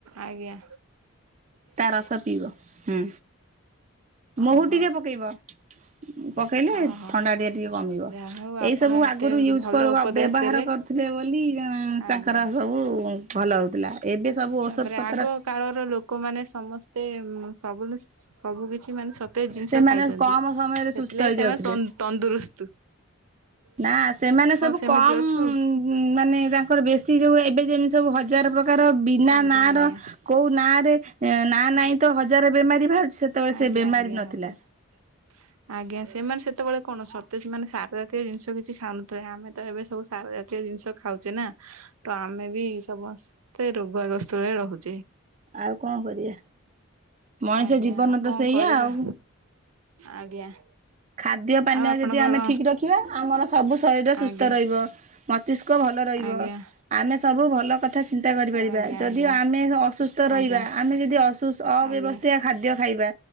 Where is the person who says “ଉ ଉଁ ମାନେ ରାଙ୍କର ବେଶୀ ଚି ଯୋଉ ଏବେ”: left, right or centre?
Right